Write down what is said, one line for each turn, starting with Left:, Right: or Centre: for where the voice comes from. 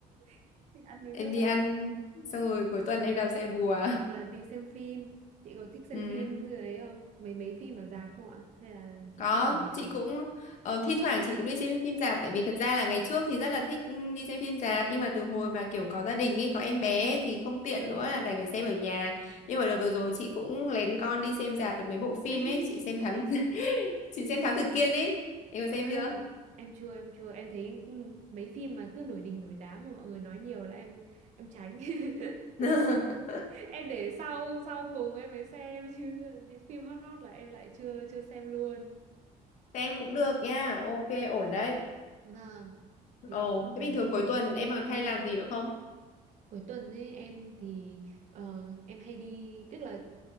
Right: <laughs> Đi ăn với
Left: em
Right: các
Left: đi
Right: bạn.
Left: ăn xong rồi cuối
Right: Ờ,
Left: tuần em đạp xe bùa <laughs>
Right: hoặc là đi xem phim chị có thích xem
Left: ừ,
Right: phim như ấy không mấy mấy phim ở rạp không ạ hay là chị
Left: có
Right: thích ở nhà
Left: chị cũng ờ, thi thoảng chị cũng đi xem phim rạp tại vì thật ra là ngày trước thì rất là thích ừ, đi xem phim rạp nhưng mà từ hồi mà kiểu có gia đình ý có em bé ấy thì không tiện
Right: vâng
Left: nữa là đành phải xem ở nhà nhưng mà đợt vừa rồi chị cũng lén con đi xem rạp được mấy bộ phim
Right: <laughs>
Left: ấy chị xem thám <laughs> chị xem Thám Tử Kiên ấy em
Right: à
Left: có xem chưa
Right: em chưa em chưa em thấy ừ, mấy phim mà cứ nổi đình nổi đám mà mọi người nói nhiều là em em tránh <laughs>
Left: <laughs>
Right: em để sau sau cùng em mới xem chứ những phim hot hot là em lại chưa chưa xem luôn
Left: xem cũng được nha ok ổn đấy
Right: vâng thế
Left: ồ
Right: thì cũng được
Left: thế bình thường cuối
Right: chưa
Left: tuần em còn hay làm gì nữa không
Right: Cuối tuần ấy em thì ờ, em hay đi tức là ừ,